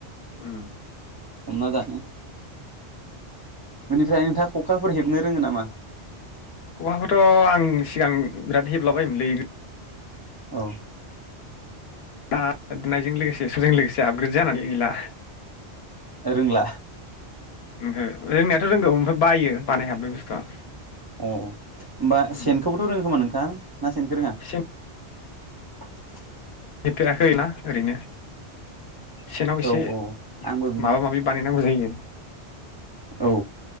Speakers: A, on the left; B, on the right.
A: उम
B: हमना जानो बेनिफ्राय नोंथाङा खखाफोर हेबनो रोङो नामा?
A: खौखाखौथ' आं सिगां बिराद हेबलाबायोमोनलै गो
B: औ
A: आ <unintelligible> लोगोसे समजों लोगोसे आपग्रेड जानानै, गैला,
B: रोंला
A: ओम रोंनियाथ' रोंगौ ओमफ्राय बायो बानाय हाब बे बुस्थुआ
B: अ होमबा
A: उम
B: सेनखौबोथ' रोङो खोमा नोंथाङ ना सेनखौ रोङा?
A: सेन
B: <unintelligible>
A: नेफेराखै ना ओरैनो सेनाव एसे
B: औ औ आंबो बिदिनो
A: माबा माबि बानायनांगौ जायो। <inaudible>
B: औ